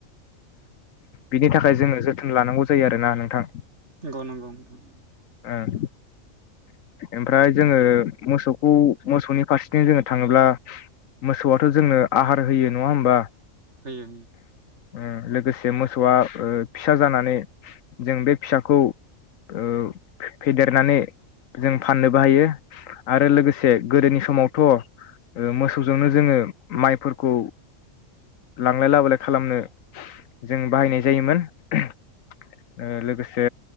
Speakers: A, on the left; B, on the right.
A: बिनि थाखाय जोङो जोथोन लानांगौ जायो आरोना नोंथां
B: नंग' नंग' नोंथां
A: <unintelligible> ओमफ्राय जोङो मोसौखौ मोसौनि फारसेथिं जोङो थाङोब्ला मोसौआथ' जोंनो आहार होयो नङा होमबा
B: होयो
A: उम लोगोसे मोसौआ ओ फिसा जानानै जों बे फिसाखौ ओ फेदे देरनानै जों फाननोबो हायो आरो लोगोसे गोदोनि समावथ' मोसौजोंनो जोङो माइफोरखौ लांलाय लाबोलाय खालामनो जों बाहायनाय जायोमोन ओ लोगोसे